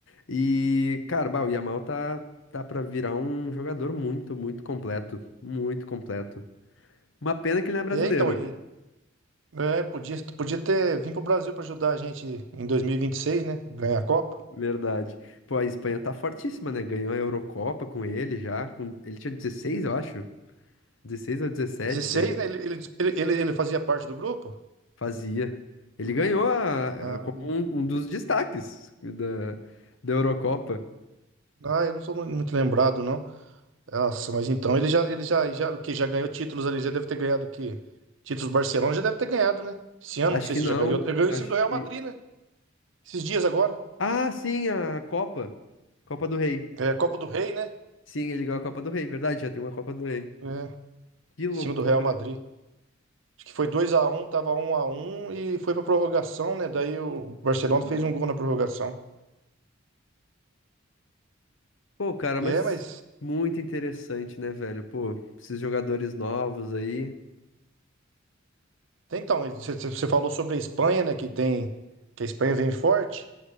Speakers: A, on the left; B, on the right.
A: E, cara, bah, o Yamal tá, tá para virar um jogador muito, muito completo. Muito completo. Uma pena que ele não é brasileiro,
B: é, então, ele é, podia, podia ter vindo pro Brasil para ajudar a gente em 2026, né? Ganhar a Copa.
A: verdade. Pô, a Espanha tá fortíssima, né? Ganhou a Eurocopa com ele já. com- Ele tinha dezesseis, eu acho. dezesseis ou 17
B: 16,
A: é,
B: né? Ele, ele, ele, ele fazia parte do grupo?
A: fazia. Ele ganhou a- é,
B: Ah,
A: como um, um dos destaques da, da Eurocopa.
B: Ah, eu não sou mu- muito lembrado, não. Nossa, mas então ele já, ele já, já, o que já ganhou títulos ali, já deve ter ganhado o quê? Títulos do Barcelona já deve ter ganhado, né? Esse ano,
A: Acho
B: não sei
A: que
B: se
A: não.
B: já ganhou. Ele ganhou
A: Acho
B: em cima do Real
A: que.
B: Madrid, né? Esses dias agora.
A: Ah, sim, a Copa. Copa do Rei.
B: É, Copa do Rei, né?
A: Sim, ele ganhou a Copa do Rei, verdade, já tem uma Copa do Rei.
B: É,
A: Que loucura.
B: em cima do Real Madrid. Acho que foi dois a um, tava um a um e foi pra prorrogação, né? Daí o Barcelona
A: Uhum.
B: fez um gol na prorrogação.
A: Pô, cara,
B: É,
A: mas
B: mas
A: muito interessante, né, velho? Pô, esses jogadores novos aí.
B: Então, você falou sobre a Espanha, né? Que tem que a Espanha vem forte.